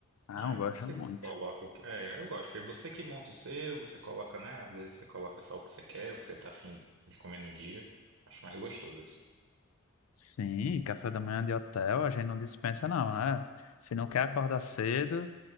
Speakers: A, on the left; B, on the right.
A: não,
B: Aí
A: gosto
B: você
A: muito.
B: coloca o que... É, eu gosto, porque você que monta o seu, você coloca, né? Às vezes você coloca só o que você quer, o que você tá afim de comer no dia. Acho mais gostoso, assim.
A: Sim, café da manhã de hotel, a gente não dispensa não, né? Se não quer acordar cedo,